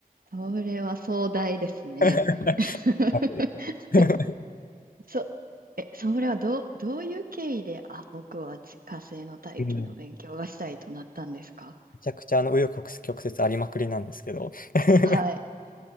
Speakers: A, on the right (about 70°); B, on the left (about 65°).
A: それは壮大ですね。
B: <laughs> 大
A: <laughs>
B: 気です <laughs>
A: そ、え、それはどう、どういう経緯で、あ、僕は地火星の大気の勉強がしたいとなったんですか
B: うんめちゃくちゃあの紆余曲折ありまくりなんですけど、<laughs>
A: はい。